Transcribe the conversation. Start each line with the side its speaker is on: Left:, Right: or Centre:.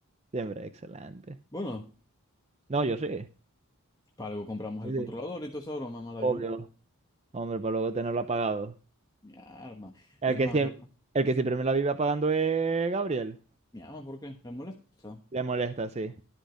Right: Siempre, excelente.
Left: Bueno,
Right: No, yo sí.
Left: para algo compramos
Right: Sí,
Left: el controlador
Right: sí.
Left: y toda esa broma, mala
Right: Obvio.
Left: yo.
Right: Hombre, para luego tenerlo apagado.
Left: Mi arma.
Right: El
Left: Y es
Right: que
Left: más,
Right: siempre,
Left: go-
Right: el que siempre me la vive apagando es Gabriel.
Left: mi arma, ¿por qué? ¿Me molesta?
Right: Le molesta, sí.